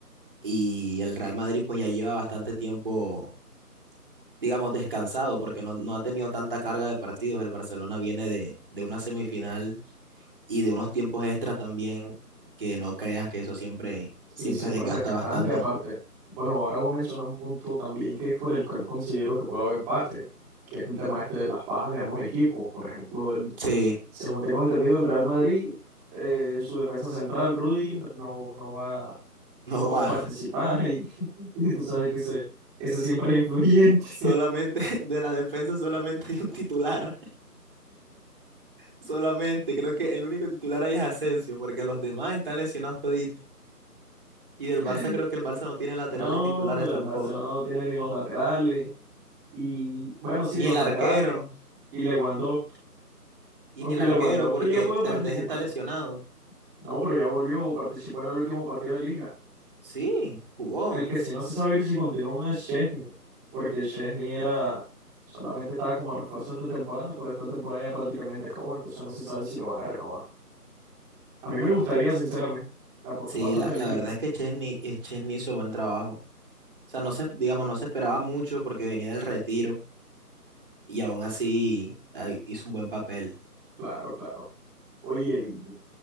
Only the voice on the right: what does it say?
y el Real Madrid pues ya lleva bastante tiempo, digamos, descansado porque no, no ha tenido tanta carga de partidos. El Barcelona viene de, de una semifinal y de unos tiempos extra también, que no creas que eso siempre, siempre
desgasta
bastante.
Sí,
No
va.
Solamente <laughs> de la defensa solamente hay un titular. Solamente. Creo que el único titular ahí es Asensio, porque los demás están lesionados toditos. Y del
Barça creo que el Barça no tiene laterales
titulares
tampoco.
Ni
el
arquero.
Y
ni el arquero,
porque
Ter Stegen está lesionado.
Sí, jugó.
Ah, Pero
sí,
la,
la
verdad es que Chesney, y Chesney hizo buen trabajo. O sea, no se, digamos, no se esperaba mucho porque venía del retiro. Y aún así ahí hizo un buen papel